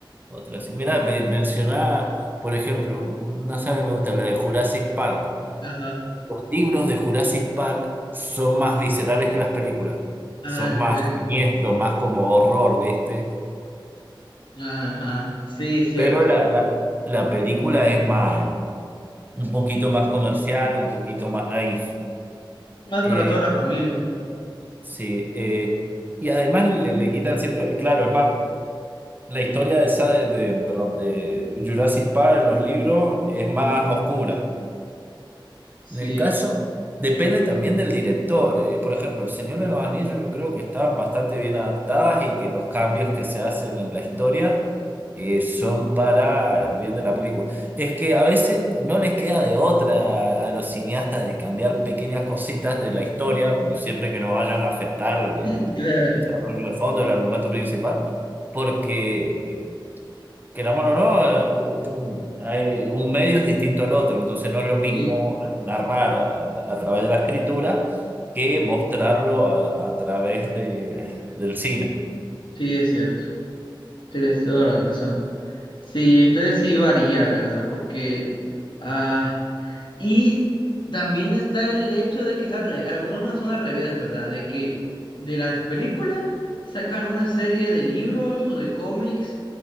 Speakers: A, on the right (about 20°); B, on the left (about 65°).
A: otras sí. Mira, mencionaba, por ejemplo, una saga que me gusta, la de Jurassic Park.
B: Ajá,
A: Los libros de Jurassic Park son más viscerales que las películas,
B: ah,
A: son
B: en
A: más
B: serio.
A: siniestros, más como horror, ¿viste?
B: Ajá, sí, es cierto.
A: Pero la, la, la película es más, un poquito más comercial, un poquito más naif.
B: Más
A: Eh,
B: para toda la familia.
A: sí, eh, y además le, le quitan cierto, claro, es más La historia de, esa- de, perdón, de Jurassic Park en los libros es más oscura.
B: Sí,
A: En el caso, depende también del director. eh, Por ejemplo, El Señor de los Anillos yo creo que están bastante bien adaptadas y que los cambios que se hacen en la historia eh, son para el bien de la película. Es que a veces no les queda de otra a los cineastas de cambiar pequeñas cositas de la historia, siempre que no vayan a afectar el
B: <laughs> <clears throat> claro,
A: desarrollo de fondo, el argumento principal porque eh, Queramos o no, eh, u- un, hay- un medio es distinto al otro, entonces no es lo mismo
B: sí,
A: eh, narrar a, tra- a través de la escritura que mostrarlo a, a través de, del cine.
B: sí, es cierto. Tienes toda la razón. Sí, entonces sí varía, ¿verdad? Porque, ah, Y también está el hecho de que es al revés, algunas son al revés, ¿verdad? De que de las películas sacan una serie de libros o de cómics